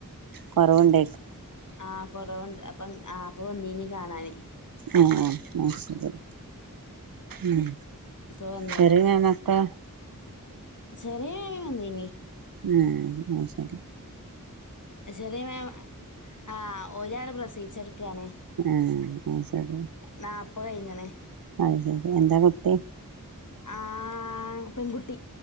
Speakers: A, on the right; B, on the left.
A: കൊറവുണ്ട
B: ആഹ് കൊറവുണ്ട് അപ്പം ആഹ് അപ്പൊ വന്നീനി കാണാൻ
A: ആഹ് അഹ് ശരി ഉം
B: ഇപ്പൊ വന്നതാ
A: ശരി ഞാനൊക്കെ
B: ചെറിയാ വേ വന്നിനി
A: ഉം അത് ശരി
B: ചെറി മാം ആഹ് ഒരാള് പ്രസവിച്ചടക്കാൻ
A: ആഹ് അത് ശരി
B: നാപ്പത് കഴിഞ്ഞ്ണ്
A: അത് ശരി എന്താ കുട്ടി
B: ആ പെൺകുട്ടി